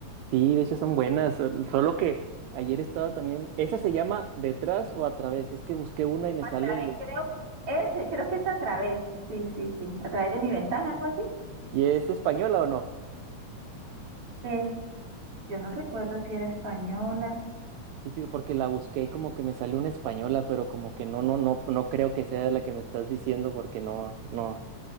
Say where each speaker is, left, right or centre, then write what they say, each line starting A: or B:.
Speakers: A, on the right (about 80°); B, on the right (about 50°).
A: Sí, de hecho son buenas, sol- solo que ayer estaba también, esa se llama Detrás o a través, es que busqué una y me
B: A
A: sale,
B: través, creo, ese, creo que es a través, sí, sí, sí, a través de mi ventana, algo así.
A: ¿y es española o no?
B: Eh, yo no recuerdo si era española.
A: Sí, fijo, porque la busqué y como que me salió una española, pero como que no, no, no, no creo que sea la que me estás diciendo porque no, no,